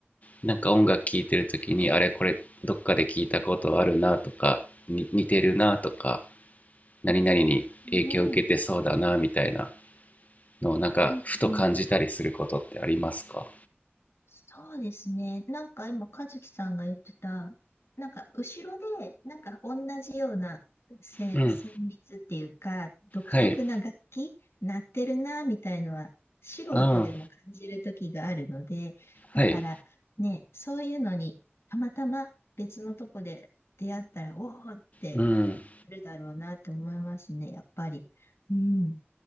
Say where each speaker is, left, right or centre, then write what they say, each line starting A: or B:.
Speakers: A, on the left; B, on the left.
A: なんか音楽聴いてる時にあれこれどっかで聞いたことあるなとかに似てるなとか何々に影響を受けてそうだなみたいな
B: あーね、
A: のをなんかふと感じたりすることってありますか
B: うん、そうですね。なんか今、和樹さんが言ってた、なんか後ろで、なんか同じようなせ旋律っていうか、
A: うん
B: 独特な楽器、
A: はい
B: 鳴ってるな、みたいのは、素人でも感じる時があるので、
A: あ
B: だからね、
A: あはい
B: そういうのに、たまたま別のとこで出会ったら、おおって
A: うん
B: なるだろうなって思いますね、やっぱり。うん。